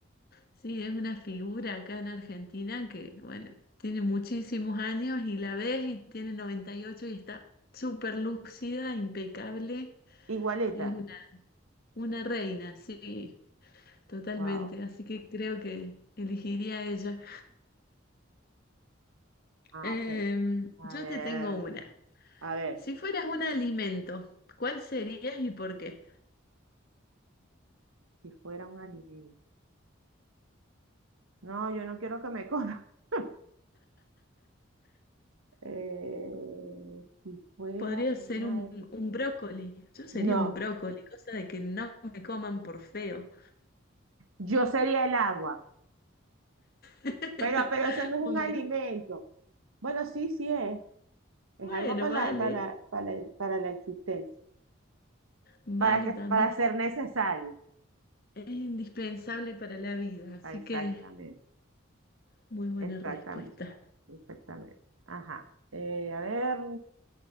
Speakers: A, on the left; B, on the right.
A: Sí, es una figura acá en Argentina que, bueno, tiene muchísimos años y la ves y tiene 98 y ocho y está súper lúcida, impecable.
B: Igualita.
A: Es una, una reina, sí, totalmente.
B: Wow.
A: Así que creo que elegiría a ella.
B: Ah,
A: Em,
B: ok. A
A: yo
B: ver,
A: te tengo una.
B: a ver.
A: Si fueras un alimento, ¿cuál serías y por qué?
B: Si fuera un alimento. No, yo no quiero que me coma. <laughs> Eh, si fuera
A: Podría
B: un
A: ser
B: alimento.
A: un, un brócoli. Yo sería
B: No.
A: un brócoli, cosa de que no me coman por feo.
B: Yo sería el agua.
A: <laughs>
B: Pero, pero eso no es
A: Muy
B: un alimento.
A: bien.
B: Bueno, sí, sí es. Es
A: Bueno,
B: algo para
A: vale,
B: la, para la- para el- para la existencia.
A: vale
B: Para que,
A: también.
B: para ser necesario.
A: Es indispensable para la vida, así
B: Ah, Exactamente.
A: que muy buena
B: Exactamente.
A: respuesta.
B: Exactamente. Ajá. Eh, a ver,